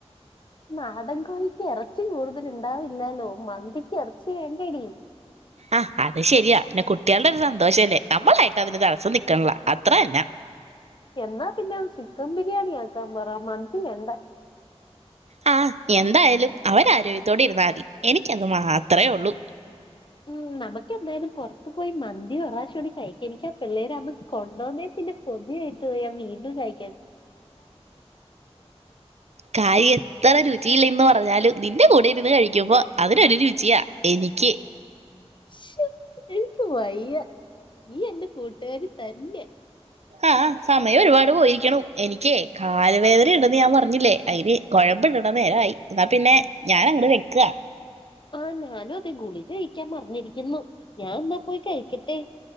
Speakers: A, on the left; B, on the right.
A: നാടൻകോഴിക്ക് ഇറച്ചി കൂടുതൽ ഉണ്ടാവില്ലാലോ മന്തിക്ക് ഇറച്ചി വേടെടി
B: ആഹ് അത് ശരിയാ പിന്നെ കുട്ടികളുടെ ഒരു സന്തോഷല്ലേ നമ്മളായിട്ട് അതിന് തടസ്സം നിക്കണില്ല അത്ര തന്നാ
A: എന്നാ പിന്നെ ചിക്കൻ ബിരിയാണി ആക്കാൻ പറ മന്തി വേണ്ട
B: ആ എന്തായാലും അവരആരോഗ്യത്തോടെ ഇരുന്നാൽ മതി എനിക്കത് മാത്രമേ ഉള്ളൂ
A: ഉം നമുക്ക് എന്തായാലും പുറത്തു പോയി മന്തി ഒരു വപ്രാവിശോൂടി കഴിക്കാ എനിക്കാ പിള്ളേര് കൊണ്ടുവാന്നേ പിന്നെ കൊതി ആയിട്ട് വയ്യ വീണ്ടും കഴിക്കൻ
B: കാര്യം എത്ര രുചിയില്ലന്ന് പറഞ്ഞാലും നിന്റെ കൂടെരുന്ന് കഴിക്ക ക്കപ്പൊ അതിനൊരു രുചിയാ എനിക്ക്
A: ശേ എനിക്ക് വയ്യ നീ എന്ത് കൂട്ട പേര് തന്നെയാ
B: ആ സമയം ഒരുപാട് പോയിരിക്കനു എനിക്കേ കൽ വേദന ഉണ്ടന്ന് ഞാൻ പറഞ്ഞില്ലേ അതിന് കുഴമ്പ ഇണ്ടണ്ട നേരമായി എന്നാ പിന്നെ ഞാൻ അങ്ങട്ട് വെക്കുവാ
A: ആ ഞാനുതെ ഗുളികാ കഴിക്കാൻ മറന്നിരിക്കുന്നു ഞാൻ എന്നാ പോയി കഴിക്കട്ടെ